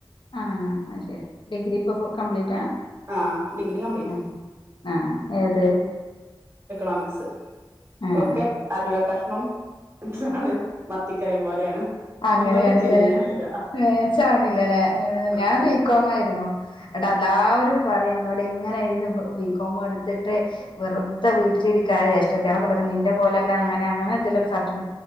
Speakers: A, on the left; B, on the right.
A: ആഹ് അത്ശരി ഡിഗ്രി ഇപ്പൊ ഫു കംപ്ലീറ്റ് ആ
B: ആഹ് ഡിഗ്രി കംപ്ലീറ്റ്
A: ആഹ് ആഹ് ഏത്.
B: എക്കാണോമിക്സ്
A: ആഹ്
B: ഒക്കെ. അലുവ കഷ്ണം എന്താണ് മത്തിക്കറിയും പോലെയാണ്.
A: അങ്ങനെയാണല്ലേ
B: ഒന്നും അങ്ങ് ചേരണില്ല
A: മെച്ച് ആവ്ണില്ലല്ലേ
B: ആഹ്
A: ഞാൻ ബികോം ആയിരുന്നു. ട്ട്
B: ആഹ്
A: എല്ലാവരും പറയും എന്നോട് ഇങ്ങനെ എഴുത്ത് ബികോം എടുത്തിട്ട്. വെറുത വീട്ടിരിക്ക ജേഷ്ഠത്തിയാളൊക്കെ പറയും നിന്റെ പോലെയൊക്കെ അങ്ങെനെ അങ്ങനെ എന്തെലും സർടിഫ്